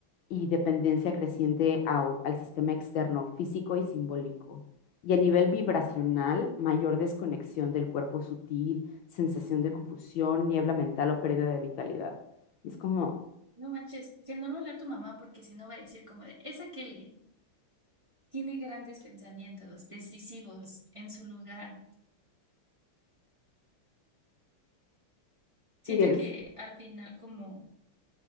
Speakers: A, on the left; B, on the right.
A: y dependencia creciente ao- al sistema externo, físico y simbólico. Y a nivel vibracional, mayor desconexión del cuerpo sutil, sensación de confusión, niebla mental o pérdida de vitalidad. Y es como,
B: No manches, que no lo lea tu mamá porque si no va a decir como de, esa Kelly tiene grandes pensamientos, decisivos en su lugar. Siento
A: y es,
B: que al final como